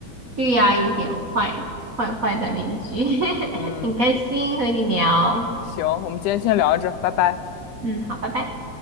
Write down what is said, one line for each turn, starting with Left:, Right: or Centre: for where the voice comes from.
Right: 对呀，有点坏，坏坏的邻居，<laughs>
Left: 嗯，
Right: 很开心和你聊，
Left: 行，我们今天先聊着，拜拜。
Right: 嗯，好，拜拜。